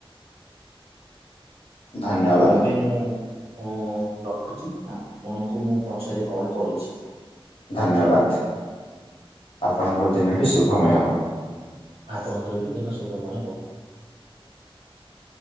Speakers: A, on the left; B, on the right.
A: ଧନ୍ୟବାଦ
B: ଆଉ ଏବେ ମୁଁ ଓ ରଖୁଛି ଆପଣଙ୍କୁ ମୁଁ ପଛରେ କଲ୍ କରୁଛି।
A: ଧନ୍ୟବାଦ ଆପଣଙ୍କ ଦିନଟି ଶୁଭମୟ ହଉ।
B: ଆପଣଙ୍କର ବି ଦିନ ଶୁଭମୟ ହଉ।